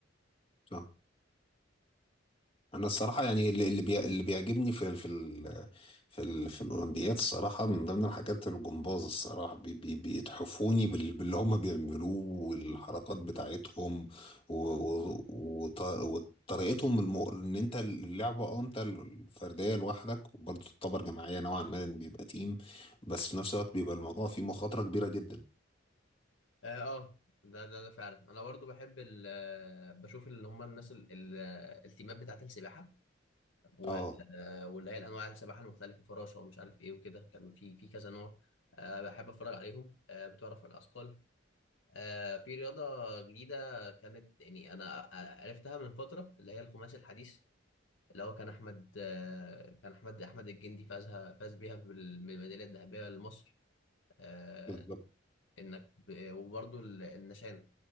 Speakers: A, on the left; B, on the left.
A: صح انا الصراحه يعني اللي اللي بي- اللي بيعجبني في ال- في ال في ال في الاولمبياد الصراحه من ضمن الحاجات الجمباز الصراحه بي بي بيتحفوني بال- باللي هم بيعملوه والحركات بتاعتهم و- و- وط- وطريقتهم الم... ان انت اللعبه اه انت الفرديه لوحدك وبرضه تعتبر جماعيه نوعا ما لأن بيبقى تيم بس في نفس الوقت بيبقى الموضوع فيه مخاطره كبيره جدا
B: اه آه، ده ده ده فعلا انا برضو بحب ال آه، بشوف اللي هم الناس ال- ال- آه، التيمات بتاعه السباحه و-
A: اه
B: آه، واللي هي الانواع السباحه المختلفه فراشه ومش عارف ايه وكده كان في في كذا نوع آه، بحب اتفرج عليهم آه، بتوع رفع الاثقال آه، في رياضه جديده كانت يعني انا آه، عرفتها من فتره اللي هي الخماسي الحديث اللي هو كان احمد آه، كان احمد احمد الجندي فازها فاز بيها بالميداليه الذهبيه لمصر آه،
A: بالظبط
B: انك ب... وبرضه ال- النشان